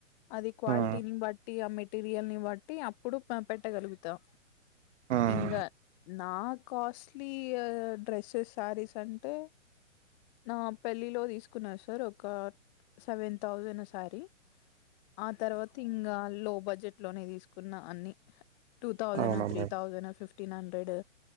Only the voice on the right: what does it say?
హ్మ్
హ్మ్
అవునా
మేడం